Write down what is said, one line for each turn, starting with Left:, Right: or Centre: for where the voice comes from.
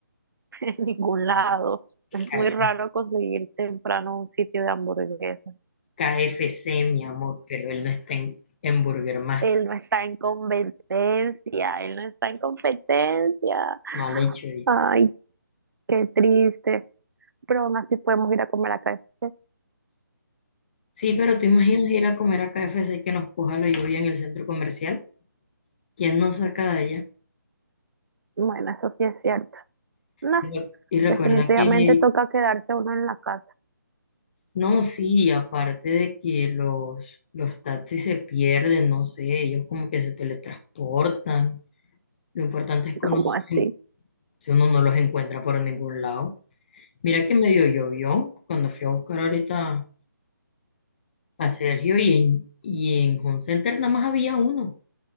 Right: <laughs> en ningún lado.
Left: K
Right: Es muy
Left: F
Right: raro
Left: C,
Right: conseguir temprano un sitio de hamburguesas.
Left: K F C, mi amor, pero él no está en, en Burger Master.
Right: Él no está en competencia, él no está en competencia.
Left: Mal hecho. ahí.
Right: Ay, qué triste. Pero aún así podemos ir a comer a KFC.
Left: Sí, pero tú imaginas ir a comer a K F C y que nos coja la lluvia en el centro comercial. ¿Quién nos saca de allá?
Right: Bueno, eso sí es cierto. No,
Left: Y re- y recuerda
Right: definitivamente
Left: que,
Right: toca quedarse uno en la casa.
Left: no, sí, aparte de que los, los taxis se pierden, no sé, ellos como que se teletransportan. Lo importante es
Right: <laughs>
Left: que uno,
Right: ¿Cómo
Left: no
Right: así?
Left: los en- si uno no los encuentra por ningún lado. Mira que medio llovió cuando fui a buscar ahorita a Sergio y en, y en Home Center nada más había uno.